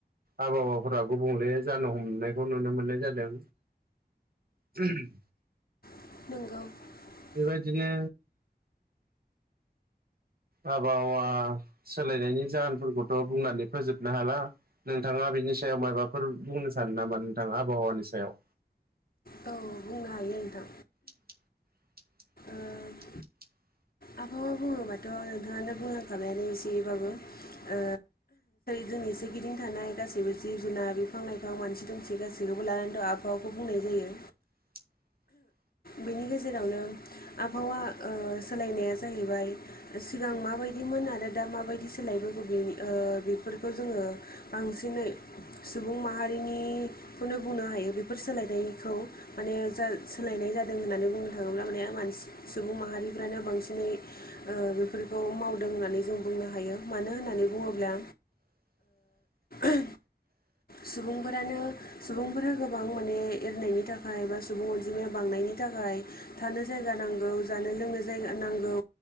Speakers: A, on the right; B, on the left.
A: आबहावाफोरा गुबुंले जानो हमनायखौ नुनो मोननाय जादों। <unintelligible>
B: <unintelligible>
A: बेबायदिनो आबहावा सोलायनायनि जाहोनफोरखौथ' बुंनानै फोजोबनो हाला नोंथाङा। बिनि सायाव माबाफोर बुंनो सानो नामा नोंथां आबहावानि सायाव।
B: औ बुंनो हायो नोंथां
A: <inaudible>
B: ओ आबहावा बुङोबाथ' नोंथाङानो बुंलांखाबायानो एसेबाबो। ओ जोंनि सेगिदिं थानाय गासैबो जिब-जुनार, बिफां-लाइफां मानसि दुमसि गासैबो आबहावाखौ बुंनाय जायो।
A: <inaudible>
B: बेनि गेजेरावनो आबहावा ओ सोलायनाया जाहैबाय सिगां माबायदि मोन। आरो दा माबायदि सोलायबोगौ बेनि बेफोरखौ जोङो बांसिनै। सुबुं माहारिनिखौनो बुंनो हायो बेफोर सोलायनायखौ। माने जा सोलायनाय जादों होननानै बुंनो थाङोब्ला माने मानसि सुबुं माहारिफ्रानो बांसिनै। बेफोरखौ मावदों होननानै जों बुंनो हायो मानो होननानै बुङोब्ला।
A: <inaudible>
B: ओ सुबुंफोरानो सुबुंफोरा गोबां माने एरनायनि थाखाय। थाखाय बा सुबुं अनजिमाया बांनायनि थाखाय थानो जायगा नांगौ जानो लोंनो जाया नांगौ।